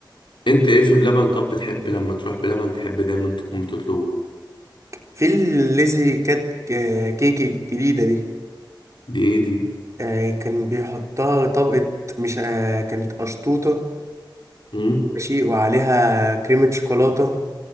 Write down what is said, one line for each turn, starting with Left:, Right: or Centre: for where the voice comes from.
Left: انت ايه في بلبن طب بتحب لما تروح بلبن تحب دايما تكون بتطلبه
Right: في الليزي كات آه، كيك الجديدة دي
Left: دي ايه
Right: آه، كان بيحطها طبقة مش آه، كانت قشطوطة
Left: دي
Right: ماشي وعليها كريمة شوكولاتة